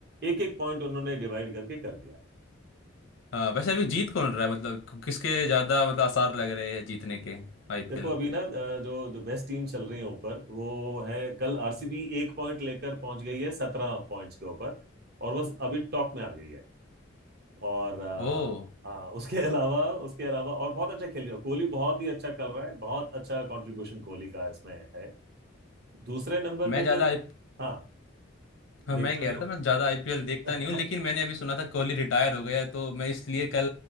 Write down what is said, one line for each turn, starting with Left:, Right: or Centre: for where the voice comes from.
Right: एक एक पॉइंट उन्होंने डिवाइड करके कर दिया
Left: हाँ वैसे अभी जीत कौन रहा है मतलब किसके ज्यादा मतलब आसार लग रहे हैं जीतने के आईपीएल
Right: देखो अभी ना अ, जो जो बेस्ट टीम चल रही है ऊपर वो है कल आरसीबी एक पॉइंट लेकर पहुंच गई है सत्रह पॉइंट्स के ऊपर और वो अभी टॉप में आ गई है और अ,
Left: ओ
Right: हाँ उसके <laughs> अलावा उसके अलावा और बहुत अच्छा खेल रही है कोहली बहुत ही अच्छा कर रहा है बहुत अच्छा कंट्रीब्यूशन कोहली का इसमें है दूसरे नंबर
Left: मैं
Right: पे
Left: ज्यादा
Right: जो
Left: आई
Right: हाँ
Left: हाँ मैं
Right: देखता
Left: कह
Right: नहीं
Left: रहा था मैं ज्यादा आईपीएल देखता
Right: हूँ
Left: नहीं हूँ लेकिन
Right: <laughs>
Left: मैंने अभी सुना था कोहली रिटायर हो गया है तो मैं इसलिए कल